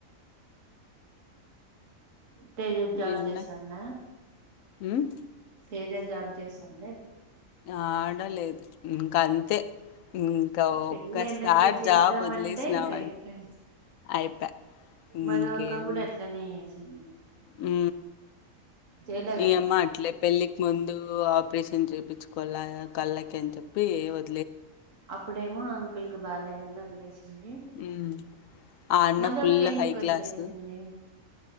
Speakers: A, on the right (about 65°); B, on the left (about 75°).
A: తెజు జాబ్
B: మీ అన్న
A: చేస్తాన్న
B: ఉమ్
A: తేజ జాబ్ చేస్తాంది
B: ఆడలేదు ఇంక అంతే ఇంకా
A: పెళ్ళైన
B: ఒక్కసారి
A: ఇంక చేద్దామంటే
B: జాబ్ వదిలేసినామ
A: ఇంకా ఇప్పుడే
B: అయిపయ్ ఇంకేం
A: మధు అక్క కూడా అట్లనే చేసింది
B: ఉ
A: చేయల
B: ఇయమ్మా అట్లే పెళ్ళికి ముందు ఆపరేషన్ చేయిించుకోవాల కళ్ళకి అని చెప్పి ఏ వ
A: అప్పుడేమో అంకుల్ కి బాలేదని వదిలేసిండి
B: హ్మ్. ఆ అన్న
A: మదవకి
B: ఫుల్
A: ఎందుకు
B: హై
A: వద్లేసిలి
B: క్లాసు.